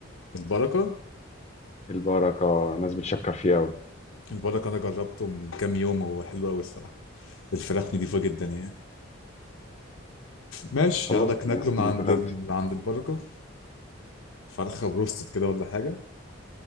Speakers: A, on the left (about 75°); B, on the left (about 30°).
A: البركه
B: البركة ناس بتشكر فيه قوي
A: البركه انا جربته من كام يوم هو حلو قوي الصراحه الفراخ نضيفه جدا يعني ماشي
B: خلاص
A: هاخدك ناكله
B: ن-
A: من عند
B: نتغدى
A: ال... من عند البركه فرخه بروستد كده ولا حاجه